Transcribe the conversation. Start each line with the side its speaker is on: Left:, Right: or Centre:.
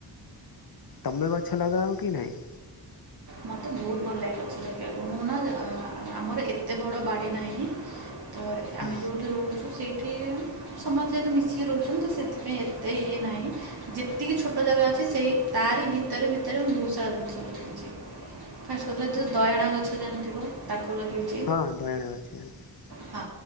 Left: ତମେ ଗଛ ଲଗାଅ କି ନାହିଁ?
Right: ମୋତେ ବୋହୁତ ଭଲ ଲାଗେ ଗଛ ଲଗେଇବାକୁ। ମୁଁ ନା ଅଁ ଆମର ଏତେ ବଡ଼ ବାଡ଼ି ନାହିଁ ତ
Left: ହଁ
Right: ଆମେ ଯୋଉଠି ରହୁଛୁ। ସେଇଠି ସମସ୍ତେ ତ ମିଶିକି ରହୁଛନ୍ତି ତ ସେଥିପାଇଁ ଏତେ ଇଏ ନାହିଁ। ଯେତିକି ଛୋଟ ଜାଗା ଅଛି ସେଇ ତାରି ଭିତରେ ଭିତରେ ମୁଁ ଦହୁ ସାରା ଜିନିଷ ଲଗାଏ। ଫାଷ୍ଟ କଥିଲା ଯୋଉ ଦୟଣା ଗଛ ଜାଣିିଥିବ ତାକୁ ଲଗେଇ
Left: ହଁ ଦୟାଣ ଗଛ ଜାଣିଛି।
Right: ହଁ